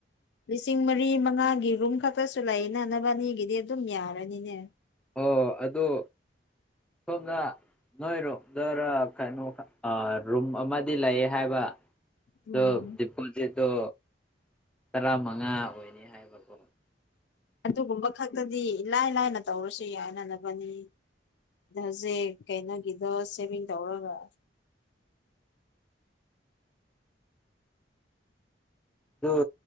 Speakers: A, on the left; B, in the centre.
A: ꯂꯤꯁꯤꯡ ꯃꯔꯤ ꯃꯉꯥꯒꯤ ꯔꯨꯝ ꯈꯛꯇꯁꯨ ꯂꯩꯅ ꯑꯕꯥꯅꯤꯒꯤꯗꯤ ꯑꯗꯨꯝ ꯌꯥꯔꯅꯤꯅꯦ꯫
B: ꯑꯣ ꯑꯗꯨ ꯁꯣꯝꯗ ꯅꯣꯏꯔꯣꯝꯗꯔ ꯀꯩꯅꯣ ꯑꯥ ꯔꯨꯝ ꯑꯃꯗꯤ ꯂꯩ ꯍꯥꯏꯕ꯫
A: ꯎꯝ
B: ꯗꯣ ꯗꯤꯄꯣꯖꯤꯠꯇꯣ ꯇꯔꯥ ꯃꯉꯥ ꯑꯣꯏꯅꯤ ꯍꯥꯏꯕꯀꯣ
A: ꯑꯗꯨꯒꯨꯝꯕ ꯈꯛꯇꯗꯤ ꯂꯥꯏ ꯂꯥꯏꯅ ꯇꯧꯔꯁꯨ ꯌꯥꯏꯅ ꯅꯕꯅꯤ ꯍꯧꯖꯤꯛ ꯀꯩꯅꯣꯒꯤꯗꯣ ꯁꯦꯚꯤꯡ ꯇꯧꯔꯒ
B: ꯗꯨ